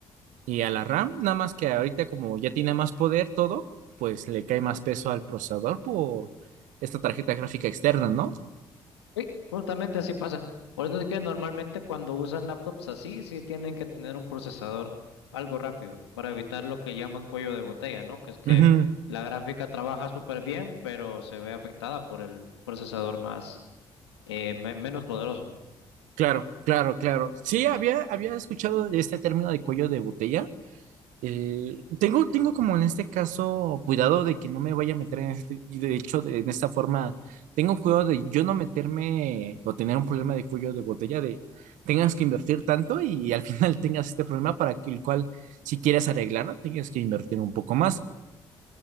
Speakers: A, on the right (about 70°); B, on the left (about 85°).
A: y a la RAM, nada más que ahorita como ya tiene más poder todo, pues le cae más peso al procesador por esta tarjeta gráfica externa, ¿no?
B: Sí, justamente así pasa. Por eso es que normalmente cuando usan laptops así, sí tienen que tener un procesador algo rápido para evitar lo que llaman cuello de botella, ¿no? Que es que
A: Ujú.
B: la gráfica trabaja súper bien, pero se ve afectada por el procesador más eh, me- menos poderoso.
A: Claro, claro, claro. Sí, había, había escuchado de este término de cuello de botella. Eh, tengo, tengo como en este caso cuidado de que no me vaya a meter en este, y de hecho, de- en esta forma, tengo cuidado de yo no meterme o tener un problema de cuello de botella de tengas que invertir tanto y al final <laughs> tengas este problema para que el cual, si quieres arreglarlo, tengas que invertir un poco más.